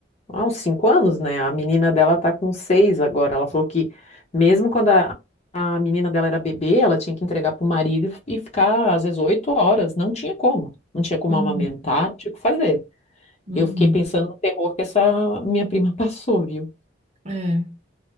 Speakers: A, on the left; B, on the right.
A: há uns cinco anos, né? A menina dela tá com seis agora. Ela falou que mesmo quando a, a menina dela era bebê, ela tinha que entregar pro marido e ficar às vezes oito horas. Não tinha como. Não tinha como
B: Uhum,
A: amamentar, não tinha o que fazer.
B: uhum.
A: Eu fiquei pensando no terror que essa minha prima <laughs> passou, viu?
B: É.